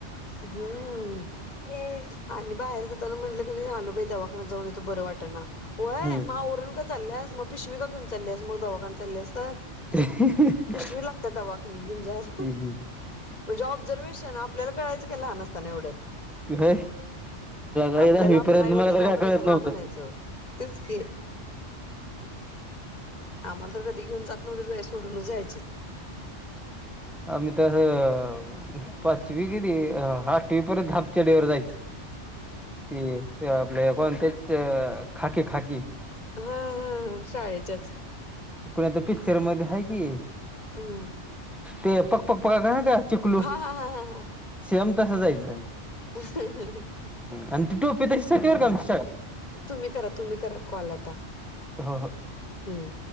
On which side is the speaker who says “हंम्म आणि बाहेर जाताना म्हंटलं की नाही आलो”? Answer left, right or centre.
Left